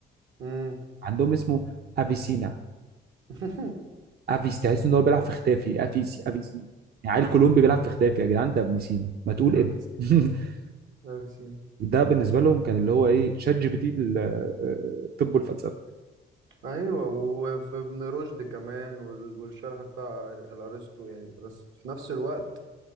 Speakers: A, on the right; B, on the right.
A: مم.
B: عندهم اسمه افيسينا
A: <laughs>
B: افيس تحس ان هو بيلعب في اختافي افيسي افيسي يعني عيل كولومبي بيلعب في اختافي يا جدعان ده ابن سينا ما تقول
A: ابن
B: ابن
A: سينا
B: <laughs>
A: ابن سينا.
B: ده بالنسبه لهم كان اللي هو ايه شات جي بي تي لل- آه، الطب والفلسفه
A: أيوة وهو في ابن رشد كمان وال- والشرح بتاع الأرسطو يعني بس في نفس الوقت